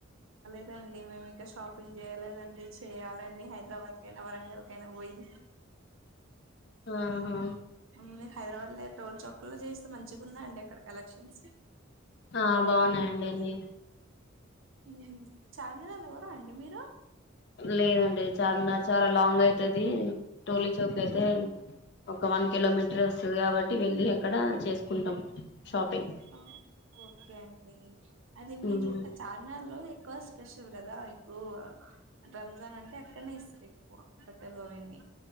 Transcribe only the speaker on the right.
లేదండి మేము ఇంకా షాపింగ్ చేయలేదండి చేయాలండి హైదరాబాద్ కైనా వరంగల్ వరంగల్ కైనా పోయి
ఉమ్, హైదరాబాద్ లో టోల్ చాకుల్లో చేస్తే మంచిగా ఉందా అండి అక్కడ కలెక్షన్స్
ఆ చార్మినార్ పోరా అండి మీరు
ఆ ఓకే అండి అది మీరు
చుట్ట చార్మినార్ లో ఎక్కువ స్పెషల్ కదా ఇప్పుడు రంజాన్ అంటే ఇక్కడనే ఇస్తారు బట్టలు అవన్నీ